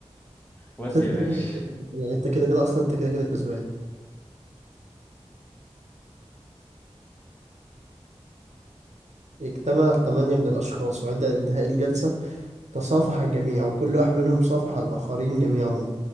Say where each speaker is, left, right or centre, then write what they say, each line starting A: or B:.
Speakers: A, on the left; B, on the right.
A: ودي
B: بس انت
A: يا
B: كده
A: باشا
B: كده كسبان. يعني انت كده كده اصلا انت كده كده كسبان اجتمع ثمانية من الأشخاص وعند انتهاء الجلسة تصافح الجميع وكل واحد منهم صافح الآخرين جميعهم